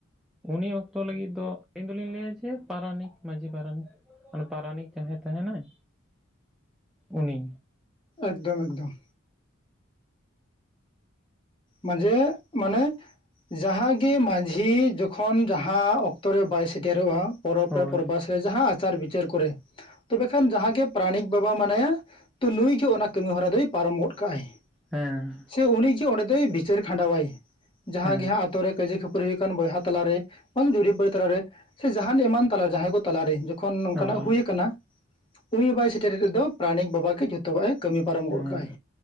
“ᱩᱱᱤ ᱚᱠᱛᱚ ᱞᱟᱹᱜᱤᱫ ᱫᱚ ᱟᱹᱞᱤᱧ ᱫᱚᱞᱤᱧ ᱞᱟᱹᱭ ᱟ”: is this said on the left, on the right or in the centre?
Centre